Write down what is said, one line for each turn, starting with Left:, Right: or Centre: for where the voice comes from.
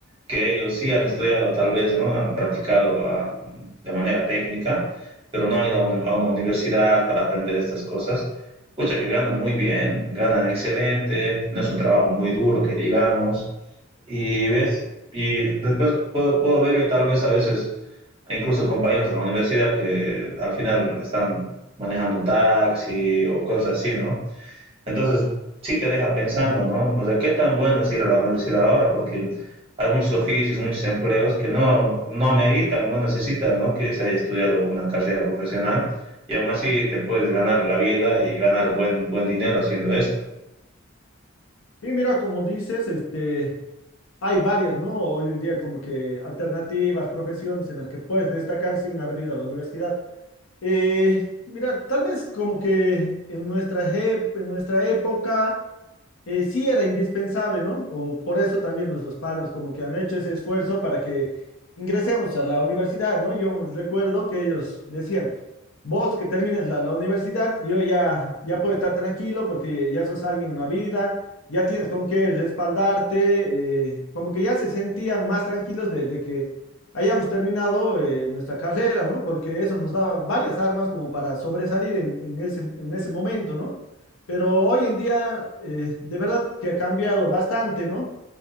Right: que ellos sí han estudiado tal vez, ¿no? Han practicado a, de manera técnica, pero no han ido a una, a una universidad para aprender estas cosas. Pucha, que ganan muy bien, ganan excelente, no es un trabajo muy duro que digamos. Y ves, y después puedo, puedo ver yo tal vez a veces, incluso compañeros de la universidad que al final están manejando un taxi o cosas así, ¿no? Entonces, sí te deja pensando, ¿no? O sea, ¿qué tan bueno es ir a la universidad ahora? Porque hay muchos oficios, muchos empleos que no, no ameritan, no necesitan, ¿no? Que se haya estudiado una carrera profesional y aún así te puedes ganar la vida y ganar buen, buen dinero haciendo esto.
Left: Sí, mira, como dices, este, hay varias, ¿no? Hoy en día como que alternativas, profesiones en las que puedes destacar sin haber ido a la universidad. Eh, mira, tal vez como que en nuestra, ep- en nuestra época eh, sí era indispensable, ¿no? O por eso también nuestros padres como que han hecho ese esfuerzo para que ingresemos a la universidad, ¿no? Yo recuerdo que ellos decían, vos que termines la, la universidad, yo ya, ya puedo estar tranquilo porque ya sos alguien en la vida, ya tienes con qué respaldarte, eh, como que ya se sentían más tranquilos de, de que hayamos terminado eh, nuestra carrera, ¿no? Porque eso nos daba varias armas como para sobresalir en, en ese, en ese momento, ¿no? Pero hoy en día, eh, de verdad que ha cambiado bastante, ¿no?